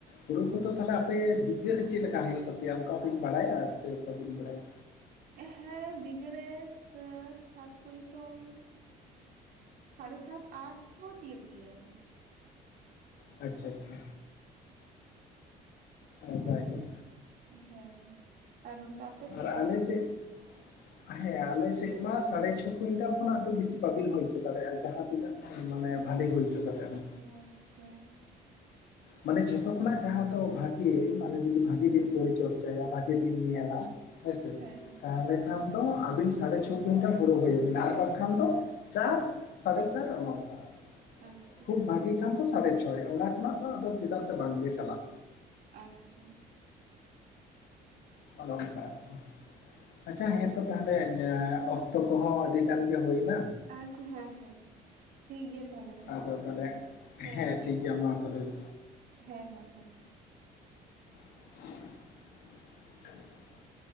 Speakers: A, on the left (about 75°); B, on the right (about 60°).
A: ᱦᱩᱲᱩ ᱠᱚᱫᱚ ᱛᱟᱦᱞᱮ ᱟᱯᱮ ᱵᱤᱜᱷᱟᱹ ᱨᱮ ᱪᱮᱫ ᱞᱮᱠᱟ ᱦᱩᱭᱩᱜ ᱛᱟᱯᱮᱭᱟ ᱚᱱᱠᱟ ᱵᱤᱱ ᱵᱟᱲᱟᱭᱟ ᱥᱮ ᱵᱟᱹᱵᱤᱱ ᱵᱟᱲᱟᱭᱟ?
B: ᱦᱮᱸ ᱵᱤᱜᱷᱟᱹ ᱨᱮ ᱥᱮ ᱥᱟᱛ ᱠᱩᱭᱤᱱᱴᱚᱞ ᱥᱟᱲᱮ ᱥᱟᱛ ᱟᱴ ᱦᱚᱸ ᱛᱤᱭᱚᱜ ᱜᱮᱭᱟᱭ
A: ᱟᱪᱪᱷᱟ ᱟᱪᱪᱷᱟ, ᱟ ᱡᱟᱭᱦᱳᱠ
B: ᱟᱨ ᱦᱮᱸ ᱟᱨ ᱚᱱᱛᱮ ᱟᱯ
A: ᱟᱨ ᱟᱞᱮᱥᱮᱜ
B: <unintelligible>
A: ᱦᱮᱸ ᱟᱞᱮ ᱥᱮᱫ ᱢᱟ ᱥᱟᱲᱮ ᱪᱷᱚ ᱠᱩᱭᱤᱱᱴᱟᱞ ᱠᱷᱚᱱᱟᱜ ᱫᱚ ᱵᱮᱥᱤ ᱵᱟᱵᱤᱱ ᱦᱳᱭ ᱦᱚᱪᱚ ᱫᱟᱲᱮᱭᱟᱜᱼᱟ ᱡᱟᱦᱟᱸ ᱛᱤᱱᱟᱹᱜ ᱢᱟᱱᱮ ᱵᱷᱟᱞᱮ ᱦᱳᱭ ᱪᱚ ᱠᱟᱛᱮᱜ ᱦᱚᱸ
B: ᱚ ᱟᱪᱪᱷᱟ
A: ᱢᱟᱱᱮ ᱡᱷᱚᱛᱚ ᱠᱷᱚᱱᱟᱜ ᱡᱟᱸᱦᱟ ᱫᱚ ᱵᱷᱟᱜᱮ ᱢᱟᱱᱮ ᱡᱩᱫᱤ ᱵᱷᱟᱜᱮ ᱵᱤᱱ ᱯᱚᱨᱤᱪᱚᱨᱪᱟᱭᱟ ᱵᱷᱟᱜᱮ ᱵᱤᱱ ᱧᱮᱞᱟ ᱦᱮᱸᱥᱮ
B: ᱦᱮᱸ
A: ᱛᱟᱦᱞᱮ ᱠᱷᱟᱱ ᱛᱚ ᱟᱵᱤᱱ ᱥᱟᱲᱮ ᱪᱷᱚ ᱠᱩᱭᱤᱱᱴᱟᱞ ᱦᱩᱲᱩ
B: ᱚ
A: ᱦᱩᱭ ᱟᱵᱤᱱᱟ ᱟᱵᱟᱝ ᱠᱦᱟᱱ ᱛᱚ ᱪᱟᱨ ᱥᱟᱲᱮ ᱪᱟᱨ ᱚᱱᱮ ᱚᱱᱠᱟ,
B: ᱟᱪᱪᱷᱟ
A: ᱠᱷᱩᱵ ᱵᱟ ᱵᱷᱟᱜᱮ ᱠᱷᱟᱱ ᱫᱚ ᱥᱟᱲᱮ ᱪᱷᱚᱭ ᱚᱱᱟ ᱠᱷᱚᱱᱟᱜ ᱫᱚ ᱟᱫᱚ ᱪᱮᱫᱟᱜ ᱥᱮ ᱵᱟᱝ ᱜᱮ ᱪᱟᱞᱟᱜ
B: ᱟᱪᱪᱷᱟ
A: ᱚᱱᱮ ᱚᱱᱠᱟ ᱟᱨᱠᱤ, ᱟᱪᱪᱷᱟ ᱦᱮᱸᱛᱚ ᱛᱟᱦᱞᱮ <unintelligible> ᱚᱠᱛᱚ ᱠᱚᱸᱦᱚ ᱟᱹᱰᱤ ᱜᱟᱱ ᱜᱮ ᱦᱳᱭᱱᱟ
B: ᱟᱪᱪᱷᱟ ᱦᱮᱸ ᱦᱮᱸ ᱴᱷᱤᱠ ᱜᱮᱭᱟ ᱛᱟᱦᱞᱮ
A: ᱟᱫᱚ
B: ᱦᱮᱸ
A: ᱛᱟᱦᱚᱞᱮ
B: ᱦᱮᱸ ᱦᱮᱸ
A: ᱴᱷᱤᱠ ᱜᱮᱭᱟ ᱢᱟ ᱛᱟᱦᱚᱞᱮ
B: ᱦᱮᱸ ᱢᱟ ᱫᱚᱦᱚᱭ ᱫᱟᱹᱧ
A: <unintelligible>